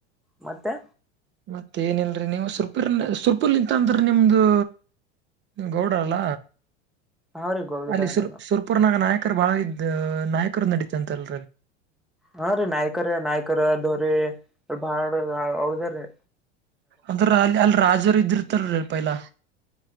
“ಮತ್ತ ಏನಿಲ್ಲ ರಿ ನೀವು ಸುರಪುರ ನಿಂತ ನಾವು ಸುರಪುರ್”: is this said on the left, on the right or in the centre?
Right